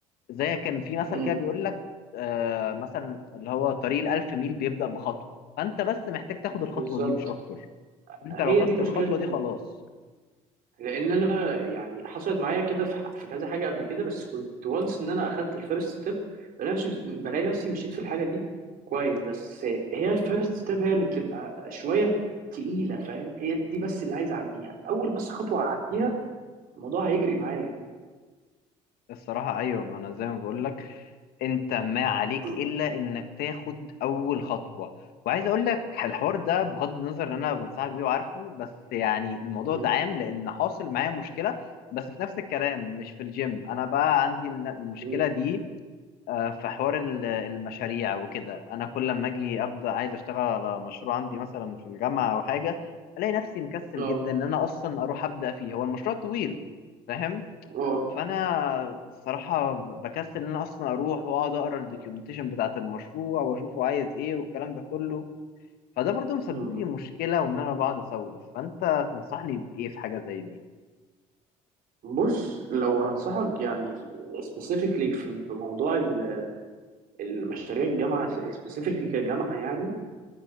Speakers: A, on the left (about 70°); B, on the right (about 60°).
A: زي كان في مثل
B: مم.
A: كده بيقول لك آه مثلا اللي هو طريق الألف ميل بيبدأ بخطوة فأنت بس محتاج تاخد
B: بالظبط
A: الخطوة دي مش أكتر أنت
B: هي
A: لو خدت
B: دي مشكلتي
A: الخطوة دي خلاص
B: لان انا يعني حصلت معايا كده في ح- في كذا حاجة قبل كده بس كنت وانس ان انا اخدت الفيرست ستيب بلاقي نفسي بلاقي نفسي مشيت في الحاجة دي كويس بس هي الفيرست ستيب هي اللي بتبقى شوية تقيلة فاهم هي دي بس اللي عايز اعديها اول بس خطوة اعديها الموضوع هيجري معايا
A: الصراحة أيوة ما أنا زي ما بقول لك أنت ما عليك
B: مم.
A: إلا إنك تاخد أول خطوة وعايز أقول لك الحوار ده بغض النظر إن أنا بنصحك بيه وعارفه بس يعني الموضوع
B: مم.
A: ده عام لأن حاصل معايا مشكلة بس في نفس الكلام مش في الجيم أنا بقى عندي الن- المشكلة
B: مم.
A: دي آه، في حوار ال- المشاريع وكده انا كل لما اجي ابدا عايز اشتغل على مشروع عندي مثلا في الجامعه او حاجه الاقي نفسي مكسل
B: اه
A: جدا ان انا اصلا اروح ابدا فيه هو المشروع طويل فاهم
B: اه
A: فانا الصراحه ب- بكسل ان انا اصلا اروح واقعد اقرا الدوكيومنتيشن بتاعه المشروع واشوفه عايز ايه والكلام ده كله فده برضو مسبب
B: مم.
A: لي مشكله وان انا بقعد اسوف فانت تنصحني بايه في حاجه زي دي
B: بص لو هنصحك يعني سبيسيفيكلي في في موضوع ال- المشاريع الجامعه سبيسيفيكلي كجامعه يعني